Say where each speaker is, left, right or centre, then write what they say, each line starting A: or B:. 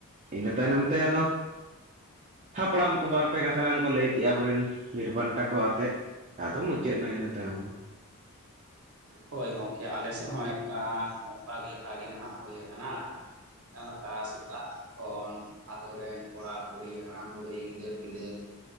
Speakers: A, on the right; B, on the right.
A: ᱤᱱᱟᱹ ᱛᱟᱭᱱᱚᱢ ᱛᱮ, ᱟᱫᱚ ᱦᱟᱯᱲᱟᱢ ᱠᱚ, ᱵᱟᱨᱯᱮ ᱠᱟᱛᱷᱟ ᱜᱟᱱ ᱠᱚ, ᱞᱟᱹᱭ ᱠᱮᱜᱼᱟ, ᱟᱵᱚᱨᱮᱱ, ᱵᱤᱨ ᱵᱟᱱᱴᱟ ᱠᱚ, ᱟᱛᱮᱜ ᱟᱫᱚ, ᱢᱩᱪᱟᱹᱫ ᱮᱱᱟ, ᱤᱱᱟᱹ ᱛᱟᱭᱚᱢ ᱫᱚ ᱾
B: ᱦᱳᱭ, ᱜᱚᱝᱠᱮ ᱟᱞᱮ ᱥᱮᱫ ᱦᱚᱸ, ᱮᱠᱟ ᱚᱱᱠᱟ ᱜᱮ, ᱮᱠᱟᱜᱮ ᱱᱷᱟᱜ ᱦᱩᱭ ᱟᱠᱟᱱᱟ ᱾ ᱡᱟᱦᱟ ᱞᱮᱠᱟ, ᱥᱮᱛᱟᱜ ᱠᱷᱚᱱ, ᱟᱛᱳ ᱨᱮᱱ, ᱠᱚᱲᱟ-ᱠᱩᱲᱤ, ᱦᱟᱲᱟᱢ-ᱵᱩᱰᱷᱤ, ᱜᱤᱫᱟᱹᱨ-ᱯᱤᱫᱟᱹᱨ ᱾